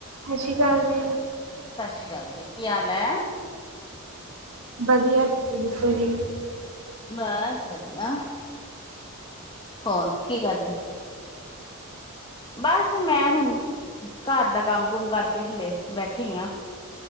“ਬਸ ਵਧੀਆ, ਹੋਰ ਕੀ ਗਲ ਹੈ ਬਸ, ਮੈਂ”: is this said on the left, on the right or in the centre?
Left